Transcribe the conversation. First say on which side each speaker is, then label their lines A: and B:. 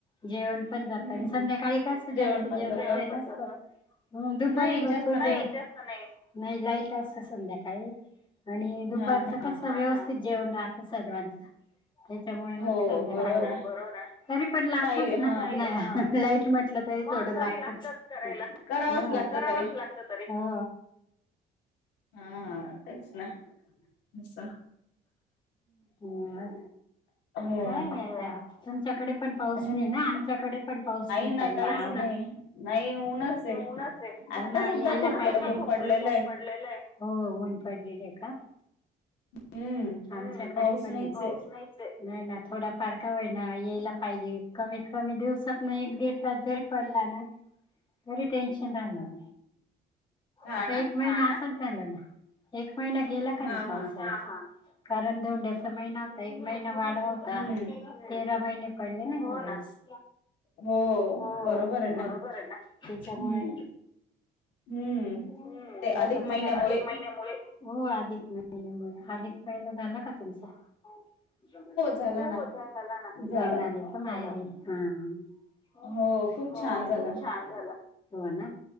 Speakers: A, on the left; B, on the left.
A: जेवण जात
B: हम्म
A: संध्याकाळी कस
B: जेवण
A: जास्त जेवणाच
B: पण जात
A: हे नसत हो दुपारी
B: नाही
A: भरपूर
B: जास्त
A: जाय नाही जास्त नाही लाईट असत संध्याकाळी आणि दुपारच
B: हा हा
A: कस व्यवस्थित जेवण रा सर्वांच त्याच्यामुळे मग
B: हो
A: संध्याकाळी
B: बरोबर आहे
A: तरी पण लागतच
B: काही
A: ना
B: हा
A: नाही लाईट म्हटलं तरी थोडं लागतच करायला
B: करावंच
A: हा
B: लागत
A: करावच
B: तरी
A: लागत तरी हो
B: हा तेच ना नास
A: ह
B: हो
A: काय आता तुमच्याकडे पण पाऊस
B: हम्म
A: नाही ना आमच्याकडे पण पाऊस नाही
B: ना
A: काही
B: काहीच
A: नाही
B: नाही ऊनच
A: उनाच आहे हो
B: आता
A: ना
B: सुद्धा
A: यायला
B: खूप
A: पाहिजेन
B: कडक ऊन
A: <unintelligible>
B: पडलेलं आहे
A: पडलेलं आहे हो ऊन पडलेलं आहे का <inaudible>
B: हम्म
A: आमच्याकडे
B: पाऊस
A: पण
B: नाहीच
A: नाही पाऊस
B: आहे
A: नाहीच ये नाही ना थोडा पार का होईना यायला पाहिजे कमीत कमी दिवसातन एक दीड तास जरी पडला तरी टेन्शन राहणार
B: हा
A: आता एक
B: ना
A: महिना असाच झाला ना एक महिना गेला का
B: हा
A: नाही पावसाचा
B: हा
A: कारण दोंड्याचा महिना होता एक महिना वाढ
B: हम्म
A: होता तेरा महिने पडले ना यावेळेस
B: हो
A: हो
B: बरोबर आहे
A: बरोबर
B: ना
A: आहे ना त्याच्यामुळे
B: हम्म हम्म
A: हम्म
B: ते अधिक
A: आता तुम्ही
B: महिन्यामुळे
A: महिन्यामुळे हो अधिक महिन्यामुळे अधिक महिना झाला का तुमचा हो
B: झाला ना.
A: हो झाला ना
B: झाला
A: जाऊन आले पण मायरी हा ह
B: हो खूप
A: हो
B: छान झाला
A: खूप छान झाला हो ना